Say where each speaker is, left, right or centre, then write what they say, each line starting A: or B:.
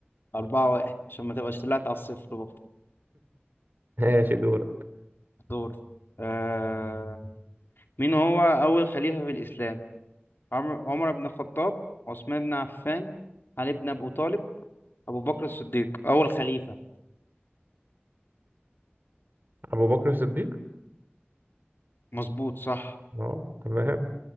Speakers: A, on the left (about 60°); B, on the right (about 55°).
A: أربعة واحد عشان ما تبقاش طلعت على الصفر برضه
B: ماشي دورك
A: دور آه... مين هو أول خليفة في الإسلام؟ عمر عمر بن الخطاب عثمان بن عفان علي بن أبو طالب أبو بكر الصديق أول خليفة
B: أبو بكر الصديق
A: مظبوط صح
B: أهو تمام